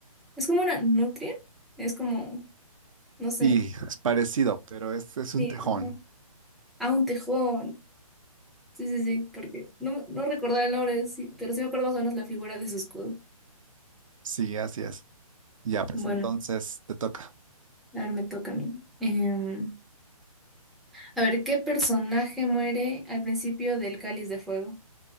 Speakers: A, in the centre; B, on the right.
A: es como una nutria, es como, no sé,
B: sí, es parecido, pero este es un
A: sí,
B: tejón.
A: ajá. Ah, un tejón, sí, sí, sí, porque no, no recordaba el nombre, sí, pero sí me acuerdo más o menos la figura de su escudo.
B: Sí, así es. Ya, pues
A: Bueno,
B: entonces te toca.
A: a ver, me toca a mí. Em, a ver, ¿qué personaje muere al principio del Cáliz de Fuego